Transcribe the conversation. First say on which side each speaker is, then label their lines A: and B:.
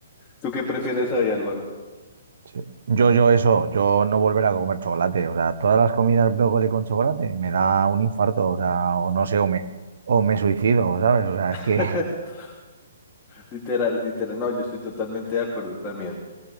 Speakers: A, on the left (about 20°); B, on the right (about 65°).
A: ¿Tú qué prefieres ahí, Álvaro?
B: Sí. Yo, yo eso, yo no volver a comer chocolate. O sea, todas las comidas brócoli con chocolate me da un infarto. O sea, o no sé, o me, o me suicido, ¿sabes? O sea,
A: <laughs>
B: es que...
A: Literal, literal. No, yo estoy totalmente de acuerdo también.